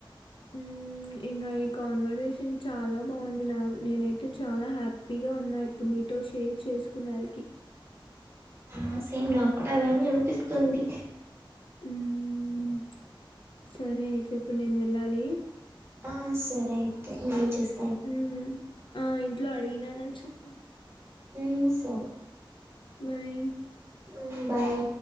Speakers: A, on the left; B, on the right.
A: ఊ ఇంగ్ ఇంగా ఈ కాన్వరేషన్ చాలా బాంది నా నేనైతే చాలా హ్యాపీగా ఉన్నా ఇప్పుడు నీతో షేర్ చేస్కున్న్యాల్కి
B: ఆ సేమ్ నా క్కుడ అలానే అనిపిస్తుంది
A: ఊమ్ సరే అయితే ఇప్పుడు నేన్ వెళ్ళాలి
B: ఆహాన్ సరే అయితే మళ్ళీ చేస్
A: ఊ ఆ ఇంట్లో అడిగినానన్ చొప్పు
B: ఉమ్ సరే
A: బై
B: ఊ బాయి